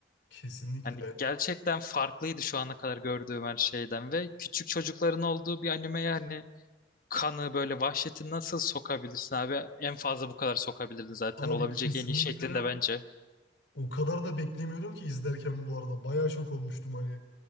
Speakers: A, on the left (about 80°); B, on the left (about 45°).
A: Kesinlikle.
B: Hani gerçekten farklıydı şu ana kadar gördüğüm her şeyden ve küçük çocukların olduğu bir anime yani kanı böyle vahşeti nasıl sokabilirsin abi? En fazla bu kadar sokabilirdin zaten
A: Abi
B: olabilecek
A: kesinlikle
B: en iyi şeklinde
A: ve
B: bence.
A: o kadar da beklemiyordum ki izlerken bu arada. Bayağı şok olmuştum hani.